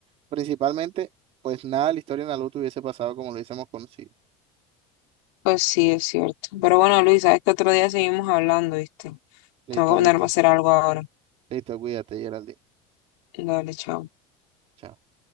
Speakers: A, on the right; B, on the left.
A: principalmente, pues nada, la historia de Naruto hubiese pasado como lo hubiésemos conocido.
B: Pues sí, es cierto. Pero bueno, Luis, sabes que otro día seguimos hablando, ¿viste?
A: Listo,
B: Tengo que
A: listo.
B: ponerme a hacer algo ahora.
A: Listo, cuídate, Geraldine.
B: Dale, chao.
A: Chao.